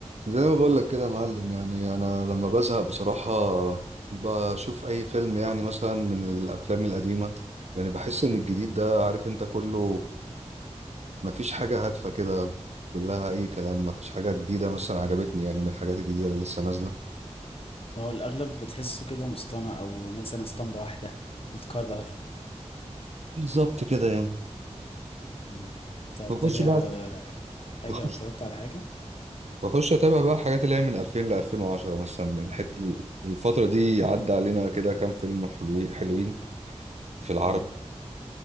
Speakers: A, on the right (about 65°); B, on the left (about 50°).
A: زي ما بقول لك كده يا معلم يعني انا لما بزهق بصراحة بشوف اي فيلم يعني مثلا من الافلام القديمة يعني بحس ان الجديد ده عارف انت كله مفيش حاجة هادفة كده كلها اي كلام مفيش حاجة جديدة مثلا عجبتني يعني من الحاجات الجديدة اللي لسه نازلة
B: اه الأغلب بتحسه كده مصطنع أو مثلا اسطمبة واحدة متكرر
A: بالظبط كده يعني
B: مم. أنت متابع
A: بخش بقى
B: آه، حاجة
A: بخش
B: أو اتفرجت على حاجة؟
A: بخش اتابع بقى حاجات اللي هي من 2000 ل 2010 مثلا من حت... الفترة دي عدى علينا كده كام فيلم حلوين حلوين في العرب
B: اه